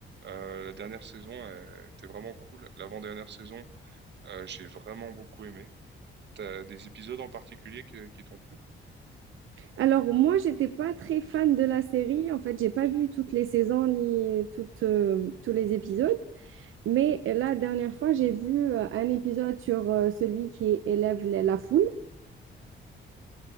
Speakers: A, on the right; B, on the right.
A: Euh, la dernière saison euh, était vraiment cool. L'avant-dernière saison, euh, j'ai vraiment beaucoup aimé. T'as des épisodes en particulier qui, qui t'ont plu?
B: Alors, moi, j'étais pas très fan de la série. En fait, j'ai pas vu toutes les saisons ni toutes, euh, tous les épisodes. Mais euh, la dernière fois, j'ai vu euh, un épisode sur euh, celui qui élève la la foule.